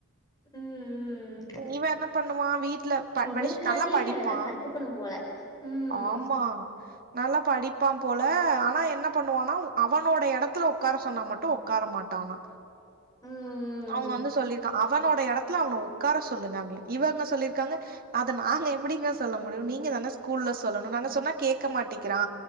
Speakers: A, on the left; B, on the right.
A: ம் ம் ம்
B: இவெ என்னப் பண்ணுவா வீட்லப் பா
A: இவளுக்காண்டியே
B: படிசுட் நல்லாப் படிப்பா
A: நா எல்லா கத்துக்கணும் போல ம்
B: ஆம்மா நல்லாப் படிப்பாம் போல ஆனா என்னப் பண்ணுவானா அவனோட எடத்துல ஒக்கார சொன்னா மட்டு ஒக்கார மாட்டானா
A: ம்
B: அவுங்க வந்து சொல்லிருக்கா அவனோட எடத்ல அவன உக்கார சொல்லுங்க அப்டின் இவங்க சொல்லிர்க்காங்க அத நாங்க எப்டிங்க சொல்ல முடியு நீங்க தானே ஸ்கூல்ல சொல்லனு நாங்க சொன்னாக் கேக்க மாட்டிக்கிறா